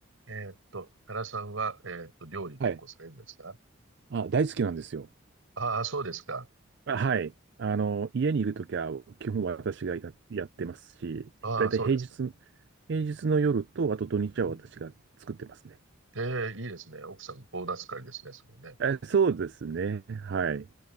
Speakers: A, on the right; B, on the right.
A: えーっと、原さんは、えーっと、料理結構されるんですか
B: はい。あ、大好きなんですよ。
A: ああー、そうですか。
B: あ、はい。あの、家にいるときは、基本私がや、
A: うん。
B: やってますし、
A: ああ、
B: だいたい平日、
A: そうですか。
B: 平日の夜と、あと土日は私が作ってますね。
A: うん。ええ、いいですね。奥さん、ボーナス会ですね、それね。
B: え、そうですね。はい。